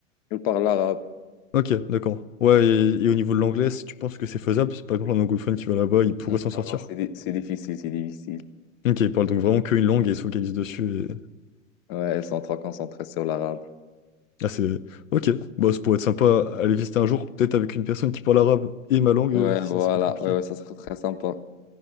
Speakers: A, on the left; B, on the left.
A: Ils parlent l'arabe.
B: Ok, d'accord. Ouais, et, et au niveau de l'anglais, si tu penses que c'est faisable, c'est par exemple un anglophone qui va là-bas, il pourrait
A: Non,
B: s'en sortir.
A: non, c'est di- c'est difficile, c'est difficile.
B: Ok, il parle donc vraiment qu'une langue et il se focalise dessus
A: Ouais, ils sont trop concentrés sur l'arabe.
B: Ah, c'est... Ok, bah, ça pourrait être sympa à aller visiter un jour, peut-être avec une personne qui parle arabe et ma langue,
A: Ouais,
B: euh, sinon
A: voilà,
B: ça peut être compliqué.
A: ouais, ouais, ça serait très sympa.